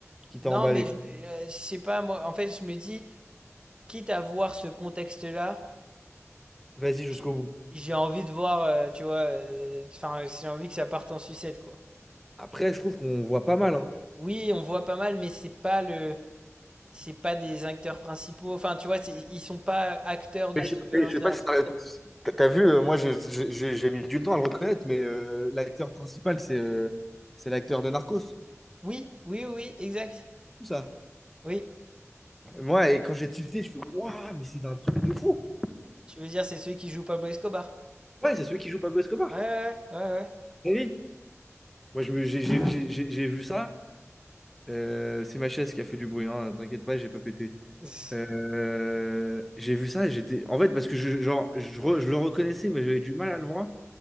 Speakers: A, in the centre; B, on the right (about 20°).
A: qui
B: Non,
A: t'a emballé.
B: mais je,
A: quoi.
B: euh, je sais pas, moi, en fait, je me dis, quitte à voir ce contexte-là,
A: Vas-y
B: j-
A: jusqu'au bout.
B: j'ai envie de voir, euh, tu vois, euh, enfin, j'ai envie que ça parte en sucette, quoi.
A: Après, je trouve qu'on voit pas mal, hein.
B: Oui, on voit pas mal, mais c'est pas le c'est pas des acteurs principaux. Enfin, tu vois, c'est- ils sont pas acteurs de
A: Mais
B: ces
A: Je sais
B: violences-là.
A: pas, je sais pas si t'as t'as- t'as vu, euh, moi je- je- je- j'ai mis du temps à le reconnaître, mais euh, l'acteur principal, c'est euh, c'est l'acteur de Narcos.
B: Oui, oui, oui, oui, exact.
A: tout ça.
B: Oui,
A: Moi, et quand j'ai tilté, je fais Waouh, mais c'est un truc de fou.
B: tu veux dire, c'est celui qui joue Pablo Escobar.
A: Ouais, c'est celui qui joue Pablo Escobar.
B: Ouais, ouais, ouais, ouais. ouais.
A: Eh oui. Moi, je me- j'ai j'ai- j'ai- j'ai- j'ai vu ça. Euh, c'est ma chaise qui a fait du bruit, hein, t'inquiète pas, j'ai pas pété.
B: <laughs>
A: Euh, j'ai vu ça et j'étais. En fait, parce que je, genre, je, re- je le reconnaissais, mais j'avais du mal à le voir.